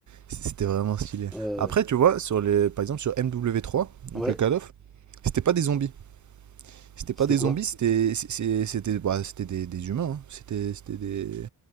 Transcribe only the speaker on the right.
c'était vraiment stylé.
Après, tu vois, sur les... par exemple, sur MW3, donc
le Call of, c'était pas des zombies. C'était pas
des
zombies, c'était c'est- c'était bah, c'était des, des humains. hein. C'était c'était des